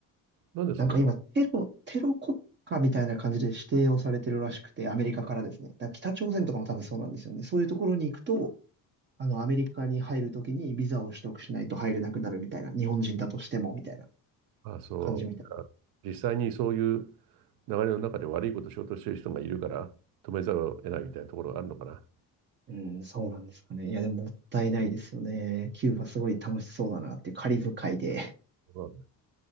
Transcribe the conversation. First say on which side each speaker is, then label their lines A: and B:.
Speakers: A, on the right; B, on the right.
A: なんでその、
B: なんか今テロ、テロ国家みたいな感じで指定をされてるらしくて、アメリカからですね。だから北朝鮮とかも多分そうなんですよね。そういうところに行くと、あの、アメリカに入るときにビザを取得しないと入れなくなるみたいな、日本人だとしてもみたいな
A: ああ、そ
B: 感じみたいな。
A: う。実際にそういう流れの中で悪いことをしようとしている人がいるから、止めざるを得ないみたいなところがあるのかな。
B: うん、そうなんですかね。いや、でももったいないですよね。キューバすごい楽しそうだなってカリブ海で、
A: そうなんだ